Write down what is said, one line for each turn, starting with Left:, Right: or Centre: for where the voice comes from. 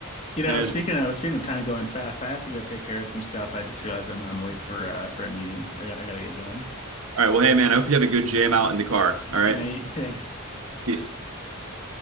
Left: You know,
Right: and it
Left: speaking
Right: was
Left: of speaking of time going fast, I have to go take care of some stuff. I just realized I'm I'm late for uh for a meeting. I got I gotta get going.
Right: All right. Well, hey, man, I hope you have a good jam out in the car. All right.
Left: Yeah, man. <laughs> You, thanks.
Right: Peace.
Left: Bye.